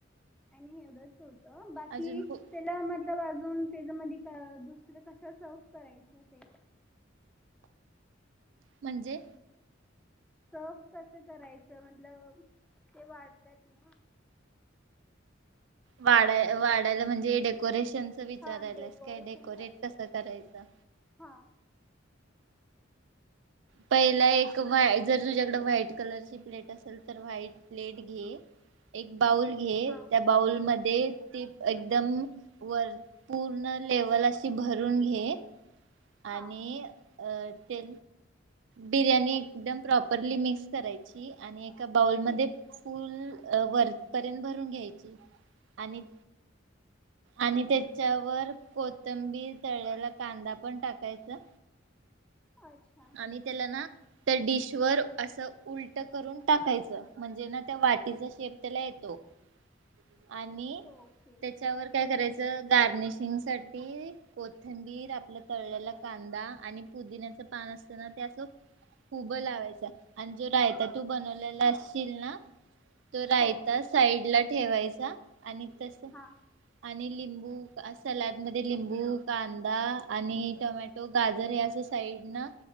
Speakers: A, in the centre; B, on the right.
A: आणि एवढंच होतं बाकी
B: अजून खूप
A: त्याला म वाजून त्याज मधी दुसरं कस सर्व्ह करायचं ते
B: म्हणजे
A: सर्व्ह कसं करायचं म्हटलं ते वाढत्यात ना
B: वाढ वाढायला म्हणजे डेकोरेश शन च विचारायल्यास
A: हा डेकोरेशन
B: काय डेकोरेट
A: साठी
B: कस करायच.
A: हा
B: पहिला एक व जर तुझ्याकड व्हाईट कलर ची प्लेट असेल तर व्हाईट प्लेट घे एक बाऊल घे
A: हां
B: त्या बाऊलम ते ती एकदम वर पूर्ण लेवल अशी भरून घे आणि
A: हां
B: अ ते बिर्याणी एकदम प्रॉपरली मिक्स करायची आणि एक एका बाऊलमध्ये
A: ठीक
B: फुल अ वरपर्यंत भरून घ्यायची आणि आणि त्याच्यावर कोथंबीर तळ्याल्याला कांदा पण टाकायचा.
A: अच्छा
B: आणि त्याला ना त्या डिश वर असं उलट करून टाकायचं म्हणजे ना त्या वाटीचा शेप त्याला येतो. आणि
A: ओके
B: त्याच्यावर काय करायचं गार्निशिंग साठी कोथिंबीर आपल्या तळल्याला कांदा आणि पुदिन्याच पान असताना ते असं उभं लावायचं आणि जो रायता तू बनलेला
A: हां
B: असशील ना तो रायता
A: हो
B: साईड ला ठेवायचा आणि तस
A: हां
B: आणि लि तुप सलाइडमध्ये लिंबू कांदा आणि टोमॅटो गाजर हे असं साईड न